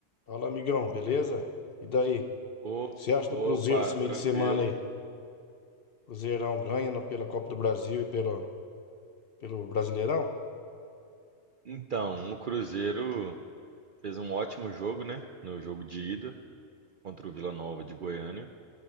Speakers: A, on the left; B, on the right.
A: Fala, amigão, beleza? E daí? O
B: Ô-
A: que você acha do
B: Opa,
A: Cruzeiro esse meio
B: tranquilo.
A: de semana aí? Cruzeirão ganha na- pela Copa do Brasil e pelo, pelo Brasileirão?
B: Então, o Cruzeiro fez um ótimo jogo, né? No jogo de ida contra o Vila Nova de Goiânia.